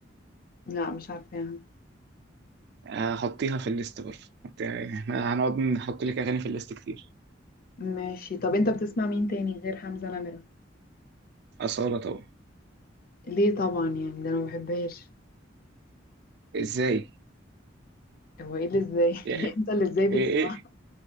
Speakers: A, on the left; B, on the right.
A: لا مش عارفاها
B: آه، هحطيها في الليست برضه حط- احنا هنقعد نحط لك اغاني في الليست كتير
A: ماشي طب أنت بتسمع مين تاني غير حمزة نمرة
B: اصاله طبعا
A: ليه طبعا يعني ده أنا ما بحبهاش
B: ازاي
A: هو إيه اللي إزاي
B: يعني
A: <laughs> أنت اللي إزاي بتسمع
B: ايه ايه